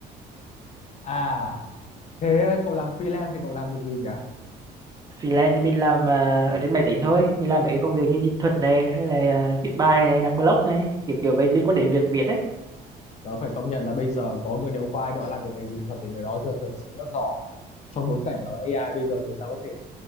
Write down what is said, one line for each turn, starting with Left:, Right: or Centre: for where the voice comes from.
Left: à thế cậu làm freelance thì cậu làm được gì nhỉ
Right: freelance thì mình làm à, ở trên máy tính thôi mình làm mấy công việc như dịch thuật này hay là à, viết bài này đăng blog này kiểu kiểu vậy liên quan đến việc Việt ấy
Left: tớ phải công nhận là bây giờ có người nếu có ai đó làm được ngành dịch thuật thì người đó thật, thật sự rất giỏi trong bối cảnh mà AI bây giờ người ta có thể